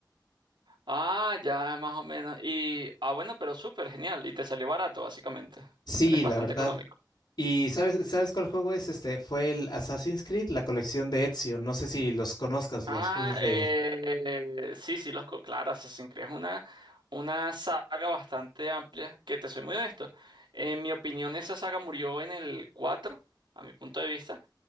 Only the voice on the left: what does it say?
Sí,
la verdad.
¿Y sabes, sabes cuál juego es? Este fue el Assassin's Creed, la colección de Ezio. No sé si los conozcas, los
juegos de.